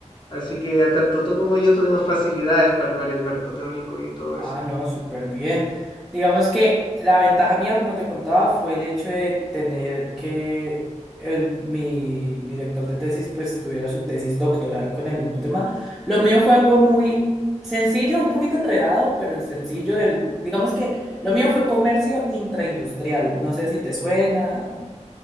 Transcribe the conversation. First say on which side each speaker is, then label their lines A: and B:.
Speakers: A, on the left; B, in the centre.
A: Así que a tanto tú como yo tuvimos facilidades para armar el marco teórico y todo
B: Ah,
A: eso.
B: no, súper bien. Digamos que la ventaja mía, como te contaba, fue el hecho de tener que el, mi director de tesis pues tuviera su tesis doctoral con el mismo tema. Lo mío fue algo muy sencillo, un poquito enredado, pero sencillo. El, digamos que lo mío fue comercio intraindustrial. No sé si te suena,